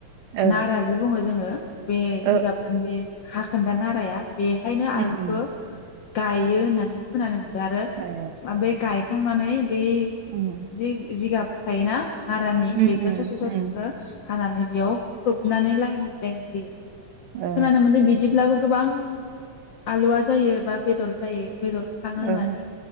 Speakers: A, on the right; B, on the left.
A: ओ
B: नाराजि बुङो जोङो बे जिगाबनि
A: ओ
B: बे हा खोन्दा नाराया बेहायनो आलुखो
A: उम उम
B: गायो होननानै खोनानो मोन दों आरो
A: ए
B: आ बे गाय खांनानै बे
A: उम
B: जि-जिगाब थायोना नारानि
A: उम
B: बेखौ
A: उम
B: ससे ससेखौ
A: उम
B: हानानै बेयाव खोबनानै लाइन लाइन होयो
A: ओ
B: खोनानो मोनदों बिदिब्लाबो गोबां आलुवा जायो बा बेदर जायो बेदर थाङो होननानै
A: ओ